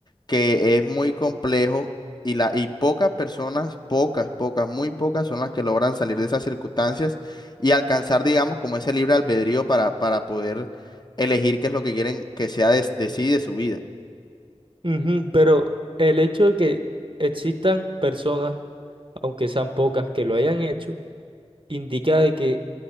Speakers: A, on the left; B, on the right.
A: que es muy complejo y, la, y pocas personas, pocas, pocas, muy pocas son las que logran salir de esas circunstancias y alcanzar, digamos, como ese libre albedrío para, para poder elegir qué es lo que quieren que sea de, de sí, y de su vida.
B: ujú, pero el hecho de que existan personas aunque sean pocas que lo hayan hecho, indica de que,